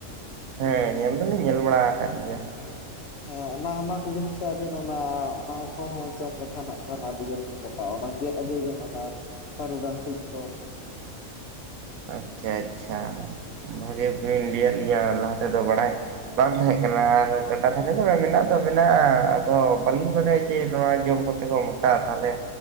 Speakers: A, on the right; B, on the left.
A: ᱦᱮᱸ ᱧᱮᱞ ᱫᱚᱞᱤᱧ ᱧᱮᱞ ᱵᱟᱲᱟ ᱟᱠᱟᱫ ᱜᱮᱭᱟ
B: ᱦᱮᱸ ᱚᱱᱟ ᱮᱢᱟ ᱠᱚᱵᱤᱱ ᱥᱮ ᱟᱹᱵᱤᱱ ᱚᱱᱟ ᱚᱱᱟ ᱠᱚᱦᱚᱸ ᱡᱚᱢ ᱞᱮᱠᱷᱟᱱ ᱦᱟᱜ ᱠᱷᱟᱱ ᱟᱹᱰᱤ ᱡᱳᱨ- ᱢᱚᱴᱟᱼᱟ ᱚᱱᱟ ᱜᱮᱫ ᱟᱹᱜᱩᱭ ᱵᱮᱱ ᱚᱱᱟ ᱥᱟᱹᱨᱩ ᱰᱟᱱᱴᱤᱡ ᱠᱚ
A: ᱟᱪᱪᱷᱟ ᱟᱪᱪᱷᱟ ᱵᱷᱟᱜᱤ ᱵᱤᱱ ᱞᱟᱹᱭᱟᱫ ᱞᱤᱧᱟ ᱞᱟᱦᱟ ᱛᱮᱫᱚ ᱵᱟᱲᱟᱭ- ᱵᱟᱝ ᱛᱟᱦᱮᱸ ᱠᱟᱱᱟ ᱟᱨ ᱜᱟᱰᱟ ᱫᱷᱟᱨᱮ ᱫᱷᱟᱨᱮ ᱢᱮᱱᱟᱜ ᱫᱚ ᱢᱮᱱᱟᱜᱼᱟ ᱟᱫᱚ ᱵᱟᱹᱞᱤᱧ ᱵᱟᱰᱟᱭᱟ ᱡᱮ ᱱᱚᱣᱟ ᱡᱚᱢ- ᱠᱚᱛᱮᱠᱚ ᱢᱚᱴᱟᱼᱟ ᱛᱟᱦᱚᱞᱮ